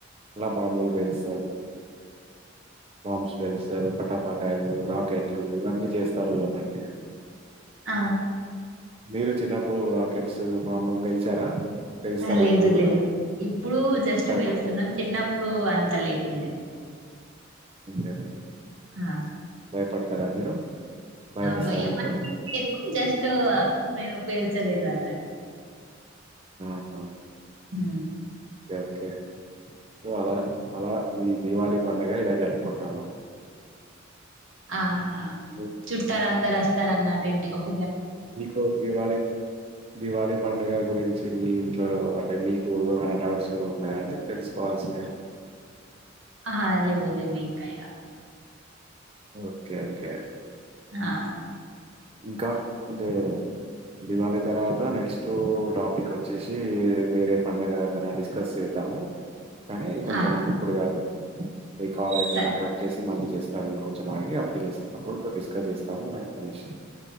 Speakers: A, on the right; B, on the right.
A: అలా బాంబులు పేలుస్తారు బాంబ్స్ పేలుస్తారు ప టపాకాయలు రాకెట్లు ఇవన్నీ చేస్తారు అన్నట్టు
B: అ
A: మీరు చిన్నప్పుడు రాకెట్స్ మామూలు పేల్చారా పేలుస్తారా
B: ఆ లేదు
A: ఇప్పుడు కూడా
B: లేదు ఇప్పుడు జస్ట్
A: భయపడతారా
B: పేలుస్తున్నాం చిన్నప్పుడు అంత లేకుండే
A: అంతేనా
B: ఆ
A: భయపడతారా మీరు భయమేస్తదా
B: అబ్ భయం
A: మీకు
B: జస్ట్ నేను పేల్చలేదు అని అది
A: హ
B: హ
A: ఓకే సొ అలా అలా ఈ దీవాళి పండుగ ఇలా జరుపుకుంటాం
B: ఆహా
A: మీకు
B: చుట్టాలందరస్తారు అన్న పెడి ే
A: మీకు దివాళి దివాళి పండుగ గురించి మీ ఇంట్లో అంటే మీకు ఏమైనా డౌట్స్ ఉన్నాయా అండి తెలుసుకోవాల్సిినవి ఏమైనా
B: ఆ లేవు లేవు ఇంకా
A: ఓకే ఓకే
B: ఆ
A: ఇంకా అంటే దివాళి తర్వాత నెక్స్ట్ టాపిక్ వచ్చేసి వేరే పడుగ ఏదైనా డిస్కస్ చేద్దాము కానీ కొంచెం
B: ఆ!
A: ఇప్పుడు కాదు ఈ కాల్ అయ్యిపోయినక
B: సరే.
A: కట్ చేసి మళ్ళీ చేస్తాను నేను కొంచెం ఆగి అప్పుడు చేస్తా అప్పుడు డిస్కస్ చేస్తాను <unintelligible>